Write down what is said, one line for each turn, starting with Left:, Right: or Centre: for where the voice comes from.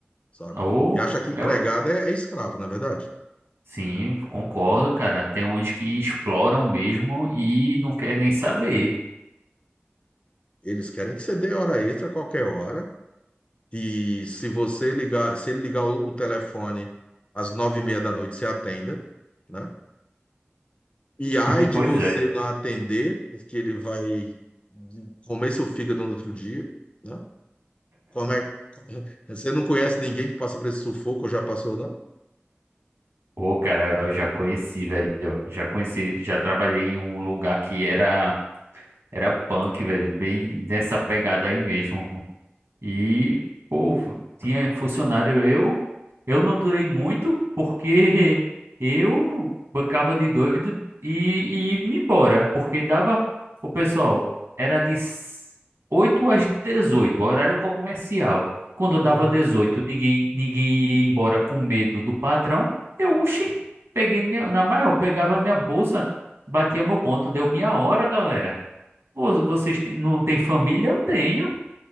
Left: sabe?
Right: Ou
Left: Que acha que empregado
Right: é o-
Left: é, é escravo, na é verdade.
Right: Sim, concordo, cara. Tem uns que exploram mesmo e não quer nem saber.
Left: Eles querem que você dê hora extra a qualquer hora. E se você ligar, se ele ligar o, o telefone às nove e meia da noite, você atenda, né? E
Right: <laughs>
Left: ai de
Right: Pois
Left: você
Right: é.
Left: não atender, porque ele vai comer seu fígado no outro dia, né? Como é, <laughs> você não conhece ninguém que passa por esse sufoco ou já passou, não?
Right: Ô, cara, eu já conheci, velho. Já conheci, já trabalhei em um lugar que era era punk, velho, bem nessa pegada aí mesmo. E, pô, tinha funcionário eu. Eu não durei muito porque <laughs> eu bancava de doido e, e me embora, porque dava. O pessoal era de s- 8 às 18 horário comercial. Quando eu dava
Left: Uhum.
Right: 18 ninguém, ninguém ia embora com medo do patrão. Eu, oxi, peguei minha, na maior, pegava minha bolsa, batia meu ponto, deu minha hora, galera. Vo- Vocês têm- não têm família? Eu tenho.